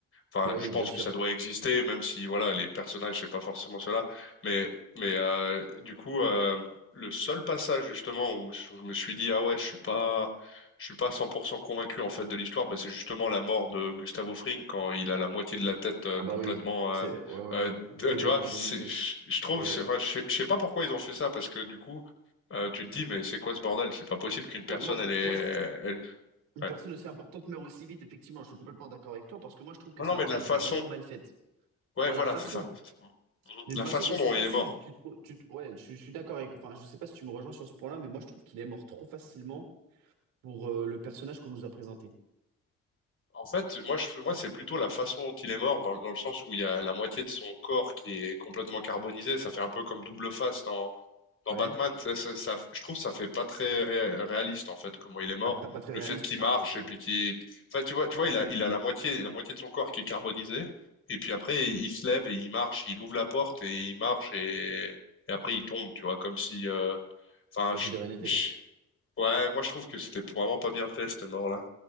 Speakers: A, on the left; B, on the right.
A: Enfin,
B: Bah
A: je
B: oui,
A: pense
B: bien sûr.
A: que ça doit exister, même si voilà, les personnages, c'est pas forcément cela. Mais, mais euh, du coup, euh, le seul passage justement où je me suis dit ah ouais, je suis pas, je suis pas 100% convaincu en fait de l'histoire, bah, c'est justement la mort de Gustavo Fring quand il a la moitié de la tête euh,
B: Ah
A: complètement.
B: bah oui,
A: euh,
B: c'est. Ouais, ouais,
A: euh, d-
B: brûlé,
A: tu vois,
B: carbonisé.
A: c'est, je je trouve,
B: Ouais,
A: c'est-
B: ouais.
A: enfin, je sais je sais pas pourquoi ils ont fait ça parce que du coup, euh, tu te dis mais c'est quoi ce bordel? C'est pas possible qu'une personne
B: Quoi, moi,
A: elle est,
B: moi, je,
A: elle-
B: Une
A: ouais.
B: personne aussi importante meurt aussi vite, effectivement, je suis complètement d'accord avec toi, parce que moi je trouve que
A: Non non,
B: sa
A: mais
B: mort
A: de la
B: a été
A: façon.
B: vraiment mal faite.
A: Ouais,
B: À
A: voilà,
B: la façon,
A: c'est ça.
B: d'une
A: La
B: façon
A: façon
B: aussi
A: dont
B: facile.
A: il est mort.
B: Tu trou- tu, ouais, je, je suis d'accord avec. Enfin, je sais pas si tu me rejoins sur ce point-là, mais moi je trouve qu'il est mort trop facilement pour euh, le personnage qu'on nous a présenté.
A: En fait, moi, je, moi, c'est plutôt la façon dont il est mort, dans, dans le sens où il y a la moitié de son corps qui est complètement carbonisé. Ça fait un peu comme double face dans, dans
B: Ouais.
A: Batman. Ça, ça, ça- je trouve que ça fait pas très ré- réaliste, en fait, comment il est mort.
B: Pas très, pas très
A: Le
B: réaliste.
A: fait qu'il marche
B: Ah, ok.
A: et puis qu'il, enfin, tu vois, tu vois, il a, il a la moitié, la moitié de son corps qui est carbonisé. Et puis après, il se lève et il marche, il ouvre la porte et il marche et, et après il tombe, tu vois, comme si, euh, enfin,
B: Comme
A: je-
B: si de rien n'était,
A: je-
B: quoi.
A: ouais, moi, je trouve que c'était vraiment pas bien fait, cette mort-là.